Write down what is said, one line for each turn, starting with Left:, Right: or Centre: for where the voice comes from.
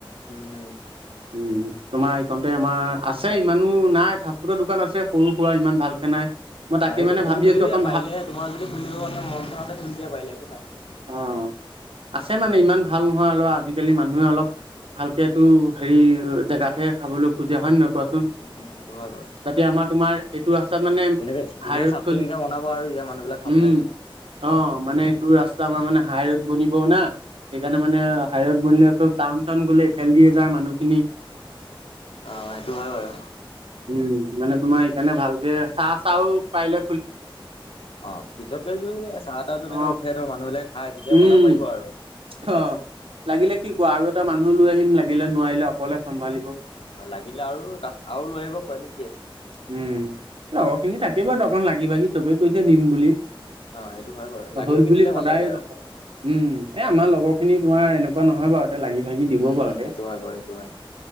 Left: উম উম
Right: উম তোমাৰ এইকণতে আমাৰ আছে ইমানো নাই ফাষ্টফুডৰ দোকান আছে সৰু সুৰা ইমান ভালকে নাই মই তাকে
Left: অ সেইটোৱে
Right: মানে
Left: তুমি
Right: ভাবি
Left: খুলি
Right: আছো
Left: দিয়া
Right: অকণ
Left: পাৰিলে
Right: ভা
Left: তোমাৰ যদি খুলিব মানে মনটো আছে খুলি দিয়া পাৰিলে একো নাই
Right: অ আছে মানে ইমান ভাল নহয় হলো আজিকালি মানুহে অলপ এতিয়াতো হেৰি জেগাতহে খাবলৈ খোজে হয় নে নহয় কোৱাচোন
Left: উম উম সেইটো হয় বাৰু
Right: যাতে আমাৰ তোমাৰ এইটো ৰাস্তাত মানে
Left: ধু ধুনীয়াকে
Right: হাই ৰোড
Left: চাফ
Right: চলি
Left: চিকুণকে বনাব আৰু ইয়াৰ মানুহ বিলাক খাবলৈ
Right: উম
Left: মানে
Right: অ মানে এইটো ৰাস্তা আমাৰ মানে হাই ৰোড বনিব না সেইকাৰণে মানে হাই ৰড বনিলে চব টাউন চাউন গলে এইফালে দিয়ে যায় মানুহখিনি
Left: অ', সেইটো হয় বাৰু।
Right: উম মানে তোমাৰ সেকাৰণে ভালকে চাহ চাহও পাইলে
Left: অ পিছতকে তুমি যে চাহ তাহ যেনেকে
Right: অ
Left: উঠে ধৰ মানুহ বিলাকে খাই তেতিয়া
Right: উম
Left: বনাব পাৰিব আৰু
Right: অ লাগিলে
Left: উম,
Right: কি ক আৰু এটা মানুহ লৈ আহিম লাগিলে নোৱাৰিলে অকলে চম্ভালিব
Left: অ লাগিলে আৰু কা আৰু লৈ আহিব পোৱালি কি আছে
Right: উম লগৰখিনি থাকেই বাৰু অকণ লাগি ভাগি চবেই কৈছে দিম বুলি
Left: অ সেইটো হয় বাৰু লাগি
Right: হ'ল
Left: ভাগি
Right: বুলি
Left: দিলে
Right: সদায়
Left: ভাল লাগে আৰু
Right: উম এ আমাৰ লগৰ খিনি তোমাৰ এনেকোৱা নহয় বাৰু তে লাগি ভাগি
Left: উম,
Right: দিবও
Left: উম,
Right: বাৰু তে
Left: সেইটো হয় বাৰু সেইটো হয়।